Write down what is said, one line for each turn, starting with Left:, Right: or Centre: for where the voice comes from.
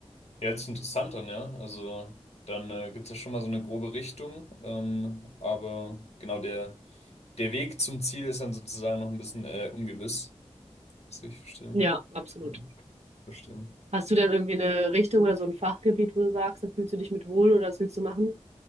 Left: Ja, hört sich interessant an, ja. Also dann äh, gibt es ja schon mal so eine grobe Richtung. Ähm, aber genau der, der Weg zum Ziel ist dann sozusagen noch ein bisschen äh, ungewiss. Das kann ich verstehen.
Right: Ja, absolut.
Left: Ja, verstehen.
Right: Hast du denn irgendwie eine Richtung oder so ein Fachgebiet, wo du sagst, da fühlst du dich mit wohl oder das willst du machen?